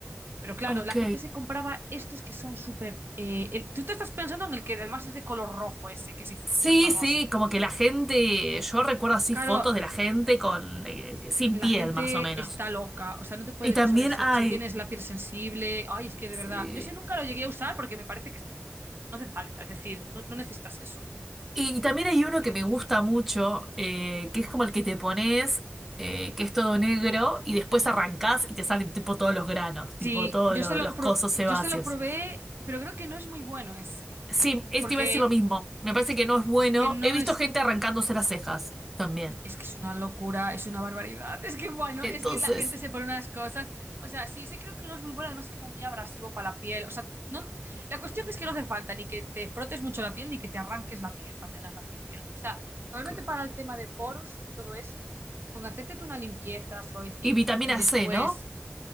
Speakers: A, on the right (about 60°); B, in the centre.
A: Pero claro,
B: ok.
A: la gente se compraba estos que son súper... eh, el- tú te estás pensando en el que además es de color rojo ese, que es
B: Sí,
A: súper famoso.
B: sí, como que la gente, yo recuerdo así
A: Claro,
B: fotos de la gente con eh, eh, sin
A: la
B: piel
A: gente
B: más o menos.
A: está loca, o sea, no te puedes
B: Y también
A: usar eso
B: hay,
A: si tienes la piel sensible. Ay, es que de
B: sí,
A: verdad, yo ese nunca lo llegué a usar porque me parece que es tu- no hace falta, es decir, no, no necesitas eso.
B: y también hay uno
A: Que-
B: que me gusta mucho, eh, que es como el que te pones, eh, que es todo negro, y después arrancás y te salen tipo todos los granos, tipo
A: Sí,
B: todos
A: yo
B: lo-
A: se lo,
B: los
A: pro-
B: cosos sebáceos.
A: yo se lo probé, pero creo que no es muy bueno ese, ¿eh?
B: Sí, este
A: Porque
B: iba a decir lo mismo. Me parece que no es bueno.
A: es que no
B: He visto
A: es,
B: gente arrancándose las cejas también.
A: Es que es una locura, es una barbaridad. Es que, bueno,
B: Entonces.
A: es que la gente se pone unas cosas. O sea, sí, ese creo que no es muy bueno, además es como muy abrasivo para la piel. O sea, no, la cuestión es que no hace falta ni que te frotes mucho la piel ni que te arranques la piel para tener la piel bien. O sea, realmente
B: claro.
A: para el tema de poros y todo eso, con hacerte tú una limpieza suavecita
B: Y vitamina
A: y después
B: C, ¿no?